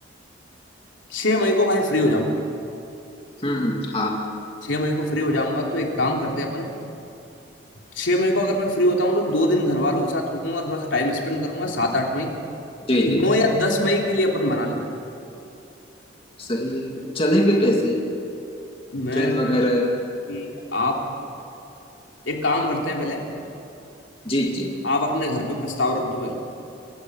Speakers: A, on the left; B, on the left.
A: छह मई को भाई फ्री हो जाऊंगा मैं
B: हम्म हम्म हाँ
A: छह मई को फ्री हो जाऊंगा तो एक काम करते हैं अपन छह मई को अगर मैं फ्री होता हूँ तो दो दिन घर वालों के साथ रुकूंगा थोड़ा सा टाइम स्पेंड करूंगा सात आठ मई
B: जी
A: नौ
B: जी
A: या दस मई के लिए अपन मना लेते हैं
B: सही है चलेंगे कैसे
A: मैं
B: ट्रेन वगैरह
A: कि आप एक काम करते हैं पहले
B: जी जी
A: आप अपने घर पे प्रस्ताव रख दो पहले